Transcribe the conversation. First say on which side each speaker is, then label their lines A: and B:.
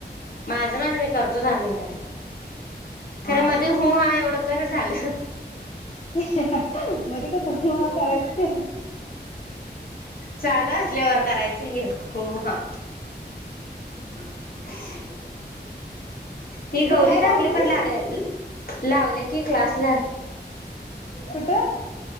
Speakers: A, on the left; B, on the left.
A: माझं माझं मी करतो दहा मिनिटांन
B: हा
A: खरं मध्ये हो ह एवढं कर झालं.
B: मध्ये काय हूं हा तु करायचं ते.
A: चालू असल्यावर करायचं की हु हा. <inaudible> ही गौरी
B: तू बॅग
A: झाकली
B: आणलीस
A: पण लाग लावल्या की क्लासला.
B: कुठ?